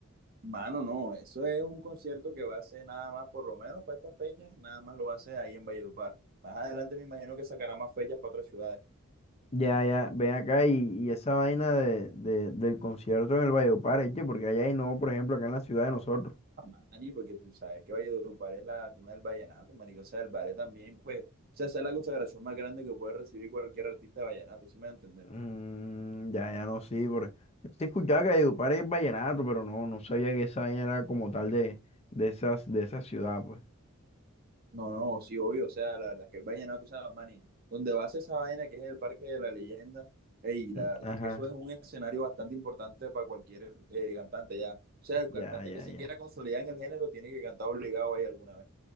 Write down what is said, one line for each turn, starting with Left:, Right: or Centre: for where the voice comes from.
Right: Mano, no, eso es un concierto que va a ser nada más, por lo menos para estas fechas, nada más lo va a hacer ahí en Valledupar. Más adelante me imagino que sacará más fechas para otras ciudades.
Left: Ya, ya, ven acá y, y esa vaina de, de- del concierto en el Valledupar, ¿eh? Porque allá hay no, por ejemplo, acá en la ciudad de nosotros.
Right: Ah, Mani, porque tú sabes que Valledupar es la cuna del vallenato, marico. O sea, el ballet también, pues, o sea, esa es la consagración más grande que puede recibir cualquier artista de vallenato, ¿sí me entiendes?
Left: Mm, ya, ya no, sí, por... Sí escuchaba que Valledupar es vallenato, pero no, no sabía que esa vaina era como tal de, de esas, de esa ciudad, pues.
Right: No, no, sí, obvio, o sea, la verdad es que el vallenato, o sea, Manny, donde vas a ser esa vaina que es el Parque de la Leyenda, y la
Left: Mm,
Right: verdad
Left: Ajá,
Right: es que eso es un escenario bastante importante para cualquier eh, cantante ya. O sea, el cantante
Left: ya, ya,
Right: que se
Left: ya.
Right: quiera consolidar en el género tiene que cantar obligado ahí alguna vez.